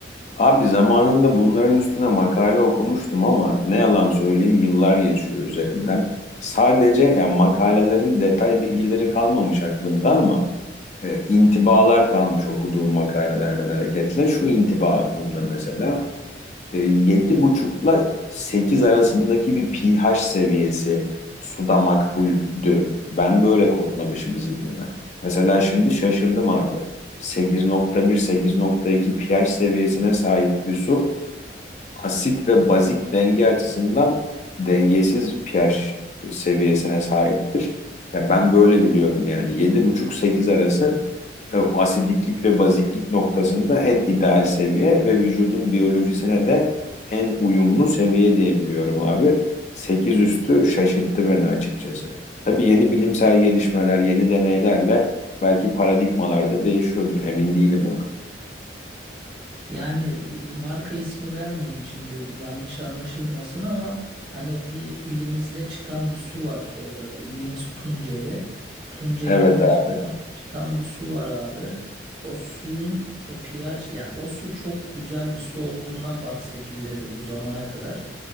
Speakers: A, on the left; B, on the right.
A: Abi zamanında bunların üstüne makale okumuştum ama ne yalan söyleyeyim yıllar geçiyor üzerinden. Sadece yani makalelerin detay bilgileri kalmamış aklımda ama e, intibalar kalmış okuduğum makalelerden hareketle. Şu intiba aklımda mesela. E, yedi buçukla 8 arasındaki bir pH seviyesi suda makbuldü. Ben böyle kodlamışım zihnime. Mesela şimdi şaşırdım abi. Sekiz sekiz nokta bir sekiz nokta iki pH seviyesine sahip bir su asit ve bazik denge açısından dengesiz pH seviyesine sahiptir. Ya ben böyle biliyorum yani yedi buçuk sekiz arası e, asidiklik ve baziklik noktasında en ideal seviye ve vücudun biyolojisine de en uyumlu seviye diye biliyorum abi. 8 üstü şaşırttı beni açıkçası. Tabii yeni bilimsel gelişmeler, yeni deneylerle belki paradigmalar da değişiyordur. Emin değilim ona.
B: Yani e, marka ismi vermeyeyim şimdi yanlış anlaşılmasın ama hani bir ilimizde çıkan bir su var. Ee, ilimiz Tunceli. Tunceli'den
A: Evet abi.
B: çıkan, çıkan bir su var abi. O suyun e, pH yani o su çok güzel bir su olduğundan bahsedilirdi bu zamana kadar.